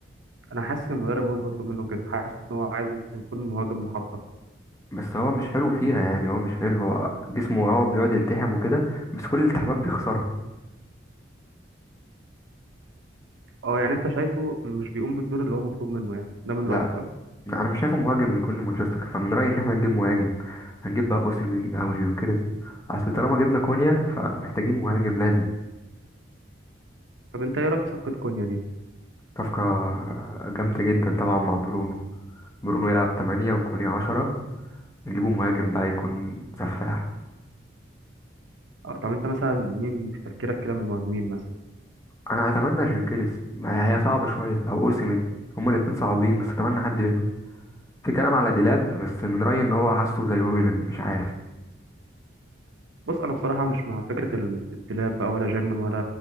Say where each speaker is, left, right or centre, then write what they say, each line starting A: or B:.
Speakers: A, on the right; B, on the left.
A: انا حاسس ان المدرب هو اللي بيطلب منه كده حاسس ان هو عايز يكون مهاجم محطة
B: بس هو مش حلو فيها يعني هو مش حلو هو جسمه اه بيقعد يلتحم وكده بس كل الالتحامات بيخسرها
A: اه يعني انت شايفه مش بيقوم بالدور اللي هو مطلوب منه يعني ده من
B: لا
A: رأيك صح
B: انا مش شايفه مهاجم يكون مانشستر فمن رايي ان احنا نجيب مهاجم هنجيب بقى اوسيمين او جيوكيريز اصل طالما جبنا كونيا فمحتاجين مهاجم لازم
A: طب انت ايه رأيك في صفقة كونيا دي
B: صفقة جامدة جدا طبعا مع برونو برونو يلعب تمانية وكوني عشرة نجيبه مهاجم بقى يكون سفاح
A: اه طب انت مثلا مين في تفكيرك كده من المهاجمين مثلا
B: أنا أتمنى جيوكيريز ما هي هي صعبة شوية أو أوسيمين هما الاتنين صعبين بس أتمنى حد منهم في كلام على ديلاب بس من رأيي إن هو حاسه زي هويلاند مش عارف
A: بص انا بصراحة مش مع فكرة الاتلاب بقى ولا جيرمان ولا